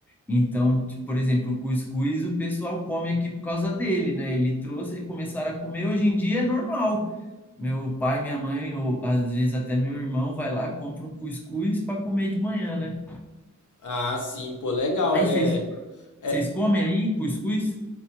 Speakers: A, in the centre; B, on the left.
A: Então, tipo, por exemplo, o cuscuz o pessoal come aqui por causa dele, né? Ele trouxe e começaram a comer. Hoje em dia é normal. Meu pai, minha mãe, ou às vezes até meu irmão vai lá, compra um cuscuz para comer de manhã, né?
B: Ah, sim, pô, legal.
A: Aí
B: É.
A: vocês
B: é,
A: vocês comem aí cuscuz?